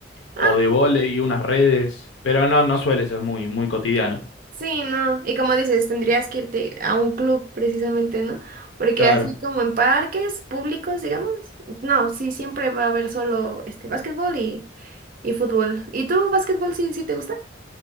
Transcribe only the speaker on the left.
o de vóley y unas redes. Pero no, no suele ser muy, muy cotidiano.
Claro.